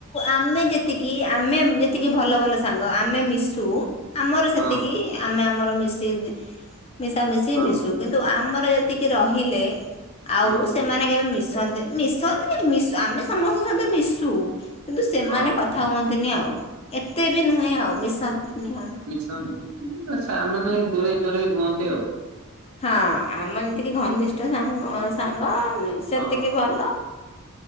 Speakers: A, on the left; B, on the right.
A: ଆମେ ଯେତିକି ଆମେ। ଟିକେ ଭଲ ଭଲ ସାଙ୍ଗ ଆମେ ମିଶୁ ଆମର ସେତିକି
B: ହଁ
A: ଆମେ ଆମର ମିଶି ମିଶାମଶି
B: ହଁ
A: ମିଶୁ କିନ୍ତୁ ଆମର ଯେତିକି ରହିଲେ। ଆଉ
B: ହଁ
A: ସେମାନେ କେବେ ମିଶନ୍ତି ମିଶନ୍ତିଶ ଆମେ ସମସ୍ତଙ୍କ ସହିତ ମିଶୁ। କିନ୍ତୁ ସେମାନେ
B: ହଁ।
A: କଥା ହୁଅନ୍ତିନି ଆଉ ଏତେ ବି ନୁହେଁ ଆଉ ମିଶନ୍ତିନି ହଉ।
B: <unintelligible> ସେମାନେ ଦୂରେ ଦୂରେ ରୁହନ୍ତି ଆଉ
A: ହଁ ଆମ ଯେମତିକି ଘନିଷ୍ଠ ସା ସାଙ୍ଗ। ସେତିକି
B: ହଁ <unintelligible>
A: ଭଲ